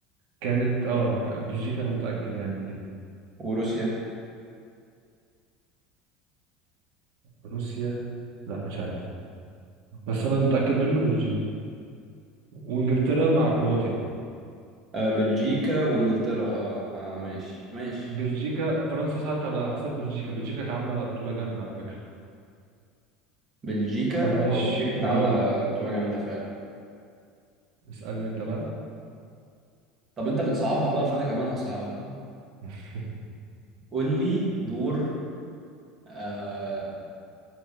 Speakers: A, on the right; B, on the right.
A: كانت اه كان- بلجيكا انا متأكد يعني من دي
B: وروسيا
A: روسيا لا مش عارف بس انا متأكد منه بلجيكا وانجلترا مع كرواتيا يعني.
B: آه بلجيكا وانجلترا اه اه ماشي ماشي
A: بلجيكا فرنسا ساعدت على حساب بلجيكا بلجيكا كانت عاملة بطولة جامدة على فكرة
B: بلجيكا
A: طب
B: اه
A: ماشي
B: بلجيكا كانت
A: اه
B: عامله بطوله جامده فعلا
A: اسألني انت بقى
B: طب انت بتصعبها بقى فانا كمان هصعبها
A: <laughs>
B: قول لي دور آه